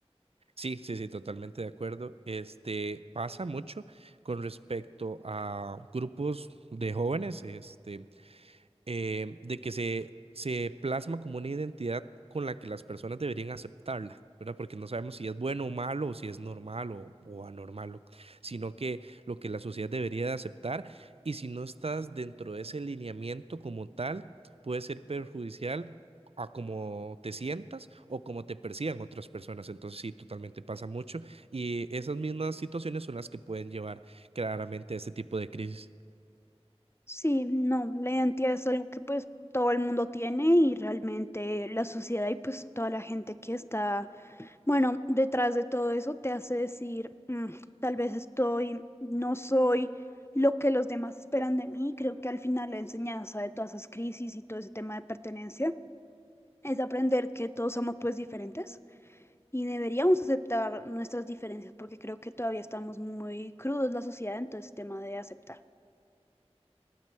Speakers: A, on the right (about 65°); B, on the left (about 25°).
A: Sí, sí, sí, totalmente de acuerdo. Este pasa mucho con respecto a grupos de jóvenes, este, eh, de que se, se plasma como una identidad con la que las personas deberían aceptarla, ¿verdad? Porque no sabemos si es bueno o malo, o si es normal o, o anormal, o- sino que lo que la sociedad debería de aceptar, y si no estás dentro de ese lineamiento como tal, puede ser perjudicial a cómo te sientas o cómo te perciban otras personas. Entonces sí, totalmente pasa mucho y esas mismas situaciones son las que pueden llevar claramente a este tipo de crisis.
B: Sí, no, la identidad es algo que pues todo el mundo tiene y realmente la sociedad y pues toda la gente que está, bueno, detrás de todo eso te hace decir, "Mm, tal vez estoy, no soy lo que los demás esperan de mí. Creo que al final la enseñanza de todas esas crisis y todo ese tema de pertenencia es aprender que todos somos pues diferentes y deberíamos aceptar nuestras diferencias porque creo que todavía estamos muy crudos la sociedad en todo ese tema de aceptar.